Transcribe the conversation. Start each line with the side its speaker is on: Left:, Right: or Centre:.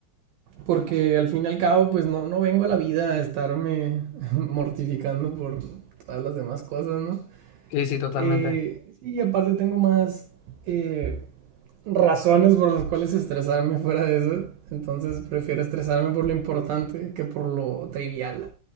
Right: Porque al fin y al cabo, pues no, no vengo a la vida a estarme <laughs> mortificando por todas las demás cosas, ¿no?
Left: Sí, sí, totalmente.
Right: Eh, sí, aparte tengo más eh, razones por las cuales estresarme fuera de eso. Entonces prefiero estresarme por lo importante que por lo trivial.